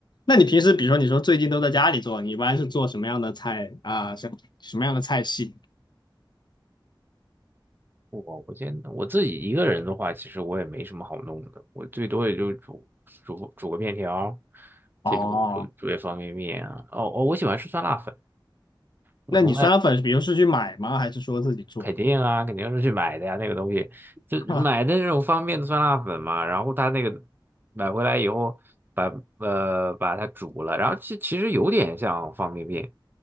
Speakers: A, on the left (about 60°); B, on the right (about 25°).
A: 那你平时比如说你说最近都在家里做，你一般是做什么样的菜啊？什什么样的菜系？
B: 我我现在我自己一个人的话，其实我也没什么好弄的，我最多也就煮煮煮个面条，再煮煮煮点方便面啊。
A: 哦，
B: 哦哦，我喜欢吃酸辣粉，我从来
A: 那你酸辣粉，比如是去买吗？还是说自己做？
B: 肯定啊，肯定是去买的呀，那个东西就买的那种方便的酸辣粉嘛，
A: <laughs>
B: 然后他那个买回来以后把呃把它煮了，然后其其实有点像方便面，